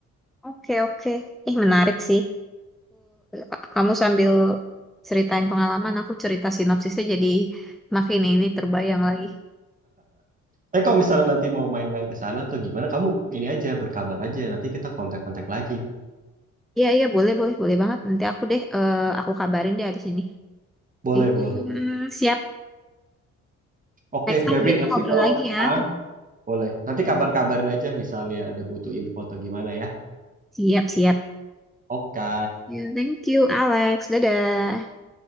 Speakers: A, in the centre; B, on the right.
A: Oke oke, Ih menarik sih. Aku kamu sambil ceritain pengalaman, aku cerita sinopsisnya jadi makin ini terbayang lagi.
B: eh kalau misalnya nanti mau main-main ke sana tuh gimana kamu ini aja berkabar aja nanti kita kontak-kontak lagi
A: Iya iya boleh boleh boleh banget. Nanti aku deh, eh, aku kabarin deh abis ini.
B: boleh
A: Thank
B: boleh
A: you. Hmm, siap.
B: oke
A: Next time
B: Febri
A: kita
B: nanti
A: ngobrol
B: kalau
A: lagi ya.
B: ah Boleh. Nanti kabar-kabarin aja misalnya ada butuh info atau gimana ya.
A: Siap, siap.
B: Oke.
A: Ya, Thank you, Alex. Dadah.